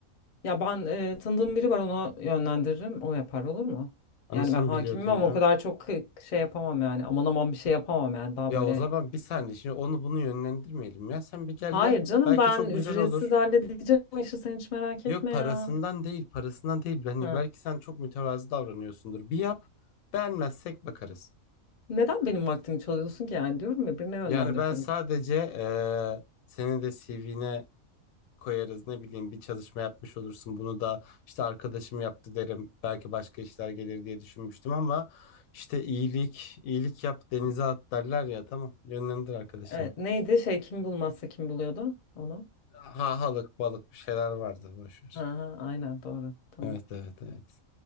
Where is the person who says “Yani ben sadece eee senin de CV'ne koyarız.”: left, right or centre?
Left